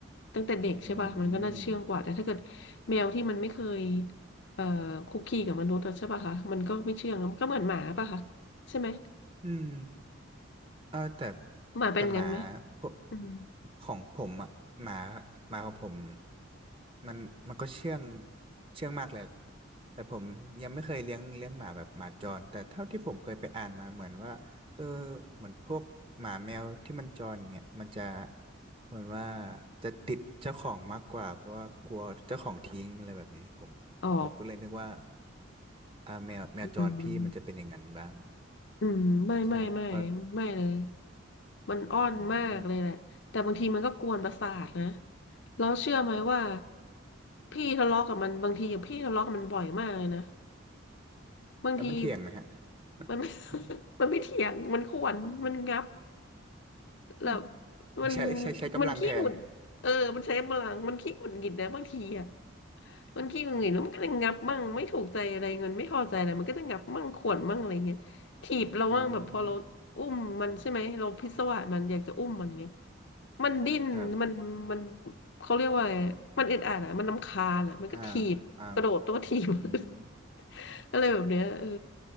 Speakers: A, on the left; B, on the right.
A: ตั้งแต่เด็กใช่ป่ะมันก็น่าจะเชื่องกว่าแต่ถ้าเกิด
B: อืม
A: แมวที่มันไม่เคยเอ่อคุกคีกับมนุษย์อะใช่ป่ะคะมันก็ไม่เชื่องอะมันก็เหมือนหมาป่ะคะใช่ไหม
B: อืม เออแต่
A: หมาเป็นงั้นไหม
B: แต่หมาพวก
A: อืม
B: ของผมอ่ะหมาหมาของผมมันมันก็เชื่องเชื่องมากเลยแต่ผมยังไม่เคยเลี้ยงเลี้ยงหมาแบบหมาจรแต่เท่าที่ผมเคยไปอ่านมาเหมือนว่าเออเหมือนพวกหมาแมวที่มันจรเนี้ยมันจะเหมือนว่าจะติดเจ้าของมากกว่าเพราะว่ากลัวเจ้าของทิ้งอะไรแบบนี้ผมผมก็เลยนึกว่า
A: อ๋อ
B: อ่าแมวแมวจรพี่มันจะเป็นอย่างนั้นบ้าง
A: อืม อืมไม่ไม่ไม่
B: ใช่เพราะ
A: ไม่เลยมันอ้อนมากเลยแหละแต่บางทีมันก็กวนประสาทนะ
B: อืม
A: แล้วเชื่อไหมว่าพี่ทะเลาะกับมันบางทีอะพี่ทะเลาะกับมันบ่อยมากเลยนะบางที
B: แล้วมันเถียงไหมฮะ
A: มันมันไม
B: อืม
A: <laughs> มันไม่เถียงมันข่วนมันงับ
B: อ
A: แล้วมัน
B: ๋อใช้ใช้ใช้กำลังแทน
A: มันขี้หงุดเออมันใช้พลังมันขี้หงุดหงิดนะบางทีอ่ะ บางทีมังเห็นแล้วมันก็จะงับมั่งไม่ถูกใจอะไรเงินไม่พอใจอะไรมันก็จะงับมั่งขวนมั่งอะไรเงี้ยถีบเรามั่งแบบพอเราอุ้มมันใช่ไหมเราพิศวาสมันอยากจะอุ้มมันเงี้ย
B: อืม
A: มันดิ้นมันมัน
B: ครับ
A: เขาเรียกว่าอะไรมันอึดอัดอ่ะมันรำคาญอ่ะมันก็ถีบกระโดดตัวถีบ
B: อ่าอ่าอืม
A: <laughs> อะไรแบบเนี้ยเออ